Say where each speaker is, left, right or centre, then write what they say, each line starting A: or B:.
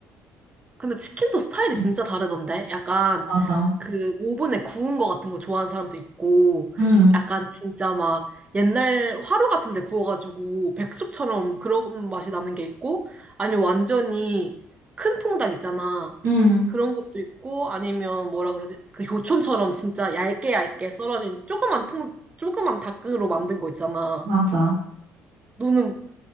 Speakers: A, on the right; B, on the right.
A: 근데 치킨도 스타일이
B: 응.
A: 진짜 다르던데? 약간
B: 맞아.
A: 그 오븐에 구운 거 같은 거 좋아하는 사람도 있고,
B: 응,
A: 약간 진짜 막 옛날 화로 같은 데 구워가지고 백숙처럼 그런 맛이 나는 게 있고, 아니면 완전히 큰 통닭 있잖아.
B: 응,
A: 그런 것도 있고, 아니면 뭐라 그러지? 그 요촌처럼 진짜 얇게 얇게 썰어진 조그만 통, 조그만 닭으로 만든 거 있잖아.
B: 맞아.
A: 너는